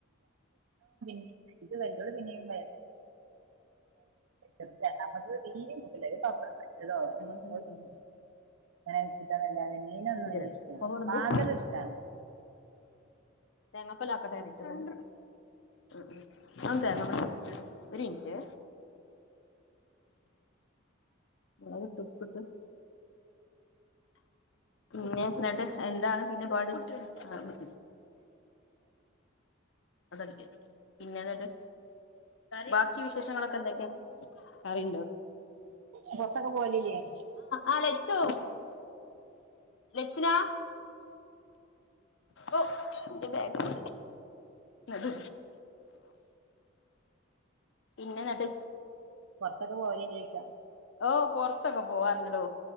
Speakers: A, on the right; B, on the left.
A: <unintelligible> വല്യ ഓള് പിന്നെ രണ്ടാമത്ത വീും കുപ്പില്ല പപ്പതോ അവന <unintelligible>
B: അനക്ക <unintelligible>
A: അങ്ങനെ കൂട്ടാന്നല്ലാെ മീനൊന്നും വല്യ
B: തരാം
A: ഇഷ്ടല്ല
B: അപ്പൊ പറഞ്ഞത്
A: മാന്തല് ഇഷ്ടാണ്
B: തേങ്ങാപ്പാല് ആക്കട്ടെറിട്ട് ഉം ഉം ആ തേങ്ങാപ്പാ ഒരു മിനിട്ടെ മുളവിട്ടു ഉപ്പിട്ടു പിന്നെ എന്നിട്ട് എന്താണ് പിന്നെ പാട് ന് അതടിക്ക പിന്നെന്നിട്ട് ബാക്കി വിശേഷങ്ങളൊക്കെ എന്തൊക്കെയ കറിയുണ്ടോ
A: പൊറത്തൊക്കെ പോകലില്ലേ?
B: ആ ലച്ചു ലച്ചിനാ ഓ എന്റെ ബാഗ് ല്ണ്ട് പിന്നന്ന ന്നട്ട്
A: പൊറത്തൊക്കെ പോവലല്ലേയിക്കാ
B: ഓ പൊറത്തൊക്കെ പോവാറുണ്ടടോ